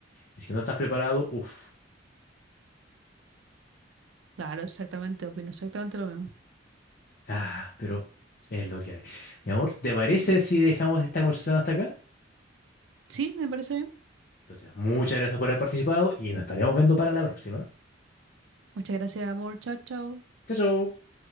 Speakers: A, on the left (about 50°); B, on the right (about 80°).
A: Y si no estás preparado, uff,
B: claro, exactamente, opino exactamente lo mismo.
A: ah, pero es lo que hay. Mi amor, ¿te parece
B: Ujú.
A: si dejamos esta conversación hasta acá?
B: Sí, me parece bien.
A: Entonces, muchas gracias por haber participado y nos estaremos viendo para la próxima.
B: Muchas gracias, amor. Chao, chao.
A: Chao, chao.